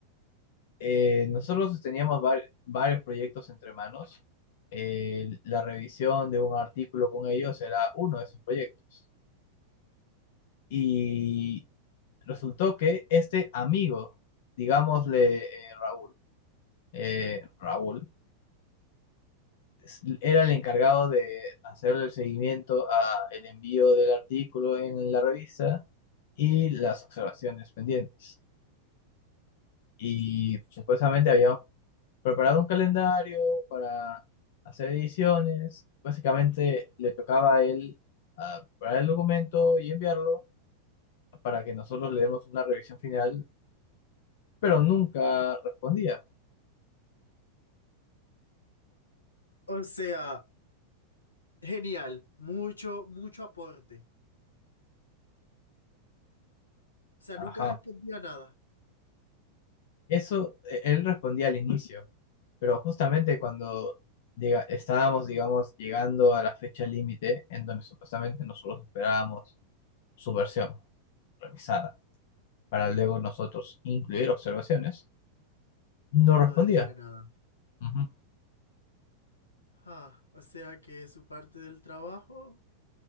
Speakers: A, on the left; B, on the left.
A: Eh, nosotros teníamos var- varios proyectos entre manos. Eh, la revisión de un artículo con ellos era uno de esos proyectos. Y resultó que este amigo, digámosle eh, Raúl, eh, Raúl, es- era el encargado de hacerle el seguimiento a el envío del artículo en la revista y las observaciones pendientes. Y supuestamente habíamos preparado un calendario para hacer ediciones. Básicamente le tocaba a él ah, preparar el documento y enviarlo para que nosotros le demos una revisión final, pero nunca respondía.
B: O sea, genial, mucho, mucho aporte. O sea,
A: Ajá.
B: nunca respondía nada.
A: Eso eh, él respondía al inicio, pero justamente cuando diga, estábamos, digamos, llegando a la fecha límite en donde supuestamente nosotros esperábamos su versión revisada para luego nosotros incluir observaciones, no
B: Él
A: respondía.
B: no decía nada.
A: Ujú.
B: Ah, o sea que su parte del trabajo,